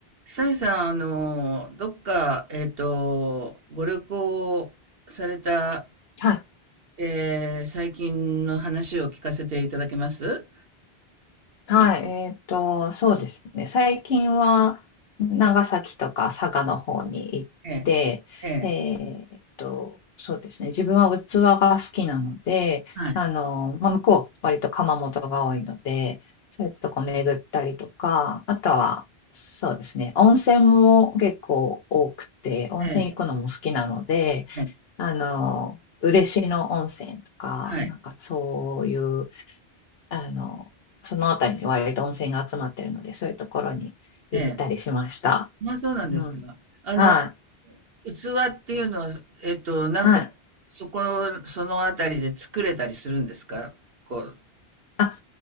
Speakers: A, on the right (about 70°); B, on the left (about 75°).
A: サイさん、あの、どっか、えっと、ご旅行された、
B: はい。
A: えー最近の話を聞かせていただけます
B: はい。えっと、そうですね。最近は長崎とか佐賀の方に行って、
A: ええ、ええ、
B: えっと、そうですね。自分は器が好きなので、
A: はい、
B: あの、まあ、向こうは割と窯元が多いので、そういうとこ巡ったりとか、あとは、そうですね。温泉も結構多くて、温泉行くのも好きなので、
A: ええ、ええ、
B: あの、嬉野温泉とか、
A: はい、
B: なんかそういうあの、その辺りに割と温泉が集まってるので、そういうところに行ったりしました。
A: ええ。まあ、そうなんですか。
B: うん。
A: あの、
B: はい。
A: 器っていうのは、えっと、なんか、
B: はい。
A: そこ、そのあたりで作れたりするんですかこう。
B: あ、